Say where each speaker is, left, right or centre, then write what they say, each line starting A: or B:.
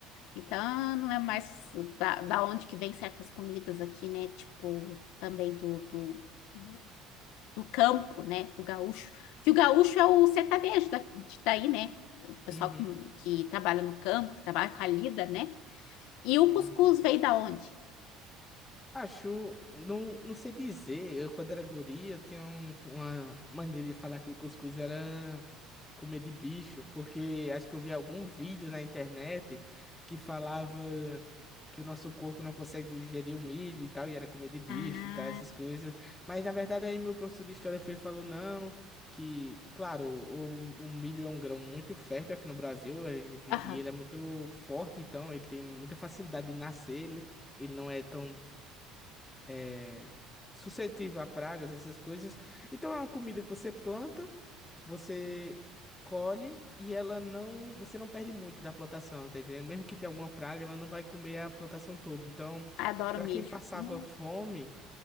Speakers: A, on the left (about 75°); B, on the left (about 15°).
A: Então, não é mais da, da onde que vem certas comidas aqui, né? Tipo, também do, do, do, do campo, né? Do gaúcho. Que o gaúcho é o sertanejo da, de- daí, né? O pessoal
B: Uhum.
A: que, que trabalha no campo, que trabalha com a lida, né? E o
B: uhum.
A: cuscuz veio da onde?
B: Acho, não, não sei dizer. Eu, quando era guri, eu tinha um- uma maneira de falar que o cuscuz era comer de bicho, porque acho que eu vi algum vídeo na internet que falava que o nosso corpo não consegue digerir o milho e tal, e era comer de bicho
A: Ah,
B: e tal, essas coisas. Mas na verdade, aí meu professor de história foi e falou: não, que, claro, o, o milho é um grão muito fértil aqui no Brasil, a gente,
A: aham.
B: e ele é muito forte, então ele tem muita facilidade de nascer. Ele, ele não é tão é, suscetível a pragas, essas coisas. Então é uma comida que você planta, você colhe e ela não, você não perde muito da plantação, tá entendendo? Mesmo que tenha alguma praga, ela não vai comer a plantação toda. Então,
A: Ah, Adoro
B: para
A: milho.
B: quem passava
A: Hum,
B: fome